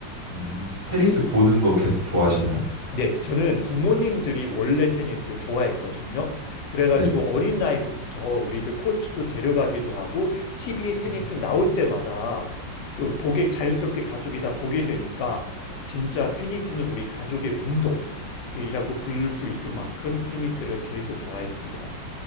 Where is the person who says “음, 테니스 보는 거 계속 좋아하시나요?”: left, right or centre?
Right